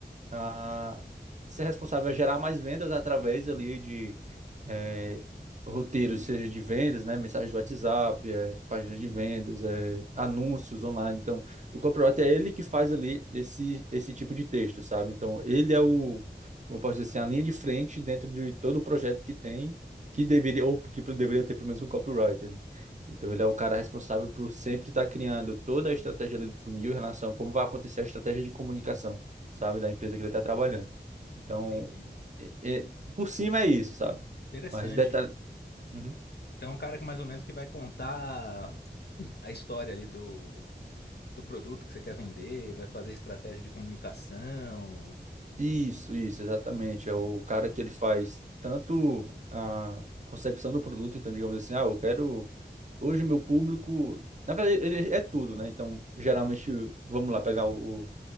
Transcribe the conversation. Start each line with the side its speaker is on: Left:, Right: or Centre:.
Right: a ser responsável a gerar mais vendas através ali de é, roteiros, seja de vendas, né, mensagem de WhatsApp, é, páginas de vendas, é, anúncios online. Então, o copywriter é ele que faz ali esse, esse tipo de texto, sabe? Então, ele é o, como eu posso dizer assim, a linha de frente dentro de todo o projeto que tem, que deveria, ou que deveria ter pelo menos um copywriter, né? Então, ele é o cara responsável por sempre estar criando toda a estratégia ali do funil em relação a como vai acontecer a estratégia de comunicação sabe, da empresa que ele está trabalhando. Então,
Left: Entendi.
Right: é- é- por cima é isso, sabe?
Left: Interessante.
Right: Mas detalhe. Uhum.
Left: Então, é um cara que mais ou menos que vai contar a história ali do do produto que você quer vender, vai fazer estratégia de comunicação.
Right: Isso, isso, exatamente. É o cara que ele faz tanto a concepção do produto, então, digamos assim, ah, eu quero. Hoje, meu público. Na verdade, ele é tudo, né? Então, geralmente, vamos lá pegar o, o-